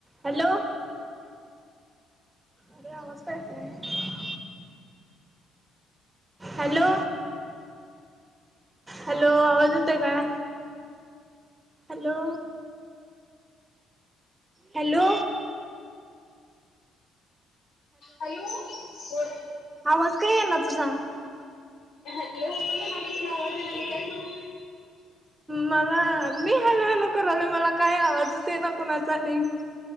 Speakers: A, on the right (about 15°); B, on the left (about 65°).
A: Hello अरे आवाज का येत नाही. हॅलो हॅलो आवाज येतोय का हॅलो हॅलो
B: हॅलो बोल
A: आवाज का येईना तुझा.
B: हॅलो हॅलो म्हणालुय तुला आवाज या लागलाय काय करू
A: मला मी हॅलो हॅलो कारलोय मला काय आवाजच येईना कोणाचा आणि